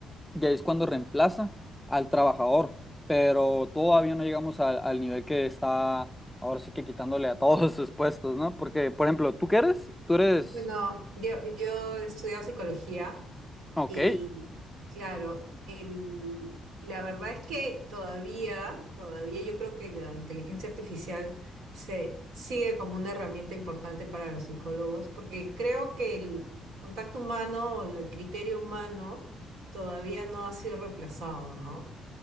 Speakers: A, in the centre; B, on the right.
A: y ahí es cuando reemplaza al trabajador, pero todavía no llegamos al, al nivel que está ahora sí que quitándole a todos sus puestos, ¿no? Porque, por ejemplo, ¿tú qué eres? Tú eres...
B: Bueno, yo, yo he estudiado psicología
A: Ok,
B: y claro, el, la verdad es que todavía, todavía yo creo que la inteligencia artificial se sigue como una herramienta importante para los psicólogos, porque creo que el contacto humano, o el criterio humano, todavía no ha sido reemplazado, ¿no?